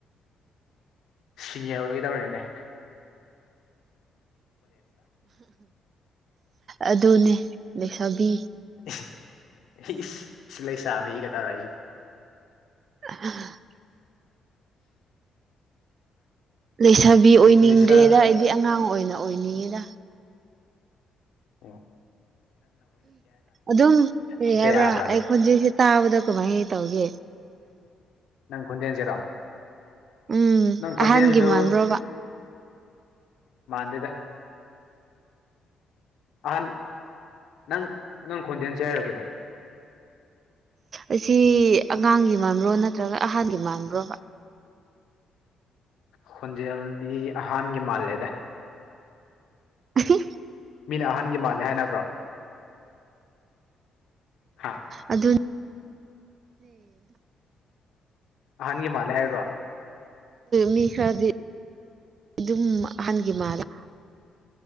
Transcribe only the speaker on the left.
ꯁꯤ ꯌꯣꯏꯒꯗꯧꯔꯦꯅꯦ
ꯏꯁ ꯏꯁ ꯂꯩꯁꯥꯕꯤꯒ ꯇꯧꯔꯛꯏꯅꯦ
ꯂꯩꯁꯥ
ꯑꯣ
ꯍꯦꯛꯇ
ꯌꯥꯕ꯭ꯔꯅꯦ
ꯅꯪ ꯈꯣꯟꯟꯖꯦꯟꯁꯤꯔꯣ
ꯅꯪ ꯈꯨꯣꯟꯟꯖꯦꯟꯖꯨ
ꯃꯥꯟꯗꯦꯗ ꯑꯍꯟ ꯅꯪ ꯅꯪ ꯈꯣꯟꯖꯦꯜꯁꯦ ꯀꯩꯅꯣ <inaudible>
ꯈꯣꯟꯖꯦꯜꯗꯤ ꯑꯍꯥꯟꯒꯤ ꯃꯥꯜꯂꯦꯗ
ꯃꯤꯅ ꯑꯍꯟꯒꯤ ꯃꯥꯜꯂꯦ ꯍꯥꯏꯅꯕ꯭ꯔꯣ ꯍꯥ
ꯑꯍꯟꯒꯤ ꯃꯥꯜꯂꯦ ꯍꯥꯏ꯭ꯕꯔꯣ